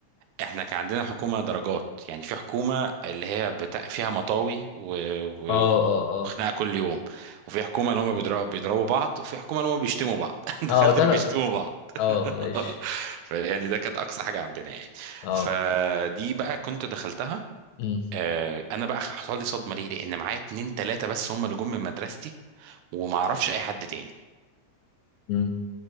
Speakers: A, on the right; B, on the left.
A: احنا كان عندنا حكومة درجات يعني في حكومة اللي هي بتا... فيها مطاوي و... و...
B: اه
A: و-
B: اه اه
A: وخناقة كل يوم وفي حكومة اللي هم بيضربوا بيضربوا بعض وفي حكومة اللي هم بيشتموا بعض <laughs> دخلت
B: اه ده
A: اللي
B: انا
A: بيشتموا بعض
B: اه
A: <laughs>
B: ماشي
A: فيعني ده كانت أقصى حاجة عندنا يعني
B: اه
A: فدي بقى كنت دخلتها
B: امم
A: آه، أنا بقى حصل لي صدمة ليه لأن معايا اتنين تلاتة بس هم اللي جم من مدرستي وما اعرفش اي حد تاني
B: امم